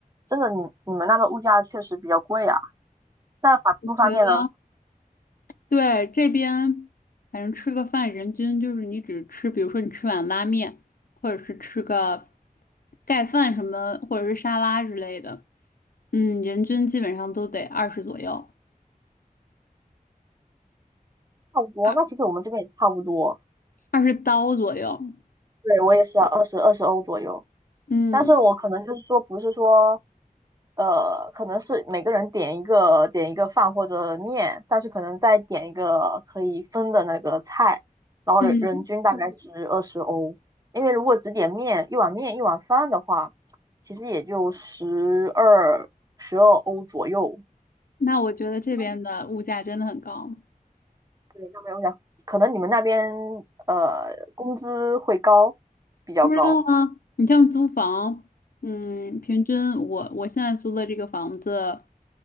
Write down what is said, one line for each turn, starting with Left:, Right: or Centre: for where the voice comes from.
Right: 真的你你们那边物价确实比较贵啊。那房租方面呢，
Left: 我觉得。对，这边反正吃个饭，人均就是你只吃，比如说你吃碗拉面，或者是吃个盖饭什么，或者是沙拉之类的，嗯，人均基本上都得二十左右，
Right: 差不多。
Left: 二
Right: 那其实我们这边也差不多。
Left: 二十刀左右。
Right: 对，我也是二十二十欧左右。
Left: 嗯
Right: 但是我可能就是说，不是说，呃，可能是每个人点一个点一个饭或者面，但是可能再点一个可以分的那个菜，然后人人均大概嗯是二十欧。
Left: 嗯，
Right: 因为如果只点面，一碗面一碗饭的话，其实也就十二十二欧左右。
Left: 那我觉得这边的物价真的很高，
Right: 嗯对，那没有想，可能你们那边呃工资会高，比较高，
Left: 不知道啊，你像租房，嗯，平均我我现在租的这个房子。